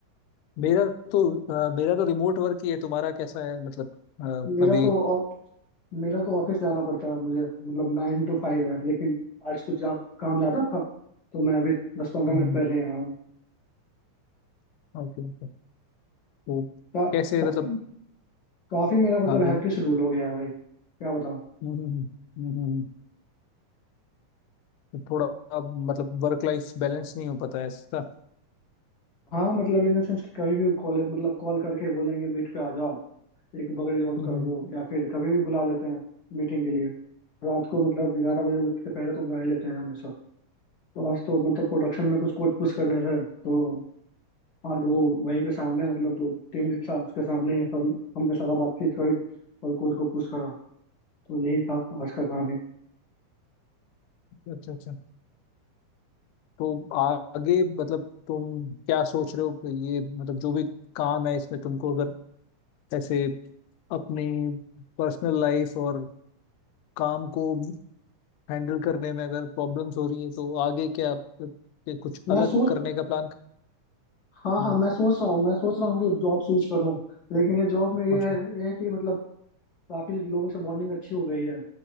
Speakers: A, on the left; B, on the left.
A: हम्म,
B: मेरा तो अ, मेरा तो रिमोट वर्क ही है तुम्हारा कैसा है मतलब अ,
A: मेरा
B: अभी
A: तो ऑ- मेरा तो ऑफिस जाना पड़ता है मुझे मतलब नाइन टू फाइव है लेकिन आज कुछ जा, काम ज्यादा था तो मैं अभी दस पंद्रह
B: Okay
A: मिनट पहले यहाँ हूँ
B: okay तो
A: का,
B: कैसे
A: काफी
B: मतलब
A: काफी मेरा मतलब
B: हाँ बोलो
A: हैक्टिक शेड्यूल हो गया है भाई क्या बताऊँ
B: हम्म, हम्म, हम्म, हम्म, हम्म। तो थोड़ा अब मतलब वर्क लाइफ बैलेंस नहीं हो पाता है ऐसा
A: हाँ मतलब इन द सेंस कि कभी भी कॉलेज मतलब कॉल करके बोलेंगे मीट पे आ जाओ एक बकरी रोल
B: हम्म,
A: कर
B: हम्म,
A: दो या फिर कभी भी बुला लेते हैं मीटिंग के लिए रात को मतलब ग्यारह बजे से पहले तो बुला ही लेते हैं हमेशा तो आज तो मतलब प्रोडक्शन में कुछ कोड पुश करने थे तो आज वो वहीं पे सामने मतलब जो टीम लीड था उसके सामने ही हम हमने सारा बातचीत करी और कोड को पुश करा तो यही था आज का काम ही
B: अच्छा अच्छा तो आगे मतलब तुम क्या सोच रहे हो ये मतलब जो भी काम है इसमें तुमको अगर ऐसे अपनी पर्सनल लाइफ और काम को हैंडल करने में अगर प्रॉब्लम्स हो रही है तो आगे क्या आप- के कुछ
A: मैं
B: अलग
A: सोच
B: करने का प्लान
A: हाँ
B: हम्म
A: हाँ मैं सोच रहा हूँ मैं सोच रहा हूँ कि जॉब स्विच करूँ लेकिन ये जॉब में ये
B: अच्छा
A: है ये है कि मतलब काफी लोगों से बॉन्डिंग अच्छी हो गई है